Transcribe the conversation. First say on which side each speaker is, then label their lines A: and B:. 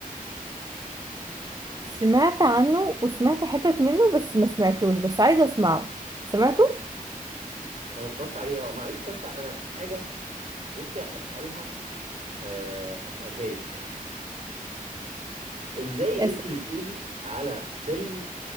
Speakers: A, on the right; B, on the right.
A: سمعت عنه وسمعت حتت منه بس ما سمعتوش بس عايزة اسمعه سمعته
B: انا اتفرجت عليه اه معلش بس انا في حاجه نفسي اسالها آه، اسالها لك <laughs> ازاي
A: أس...
B: انت بتقولي على فيلم